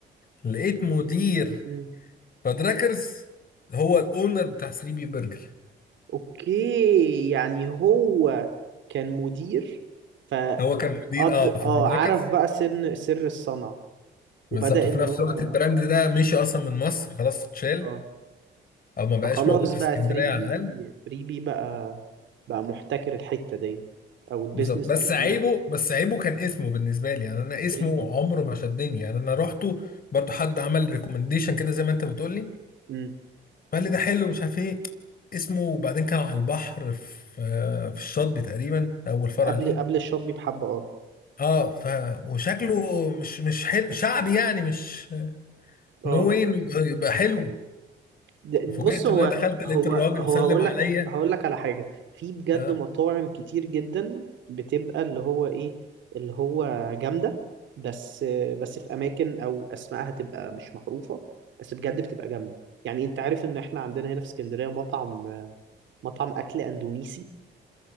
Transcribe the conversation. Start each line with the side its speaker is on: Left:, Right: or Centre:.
Left: لقيت مدير
Right: م.
Left: فادراكرز هو الاونر بتاع 3 بي برجر
Right: اوكي يعني هو كان مدير فقد
Left: هو كان مدير اه في
Right: اه
Left: فادراكرز
Right: عرف بقى سر سر الصنعة
Left: بالظبط
Right: وبدأ
Left: في
Right: ان
Left: نفس
Right: هو
Left: الوقت البراند ده مشي اصلا من مصر خلاص اتشال
Right: اه
Left: او ما بقاش
Right: فخلاص
Left: موجود في
Right: بقى
Left: اسكندريه
Right: 3
Left: على
Right: بي
Left: الاقل
Right: 3 بي بقى بقى محتكر الحتة دي او البيزنس
Left: بالظبط بس
Right: موديول
Left: عيبه بس عيبه كان اسمه بالنسبه لي يعني انا اسمه
Right: 3 بي
Left: عمره ما شدني يعني انا رحته برضو حد عمل ريكومنديشن كده زي ما انت بتقول لي
Right: امم
Left: فقال لي ده حلو مش عارف ايه اسمه وبعدين كان على البحر في في الشاطبي تقريبا اول فرع
Right: قبل
Left: ليه
Right: قبل الشوبي بحبة اه
Left: اه ف وشكله مش مش حل... شعبي يعني مش
Right: اه
Left: نو واي إنه يبقى يبقى حلو
Right: ده- بص
Left: فوجئت
Right: هو
Left: ان انا دخلت لقيت
Right: هو
Left: الراجل
Right: هو
Left: وسلم
Right: هقول
Left: عليا
Right: لك هقول لك على حاجة في بجد
Left: آه.
Right: مطاعم كتير جدا بتبقى اللي هو ايه اللي هو جامدة بس بس في اماكن او اسمائها تبقى مش معروفة بس بجد بتبقى جامدة يعني انت عارف ان احنا عندنا هنا في اسكندرية مطعم مطعم اكل اندونيسي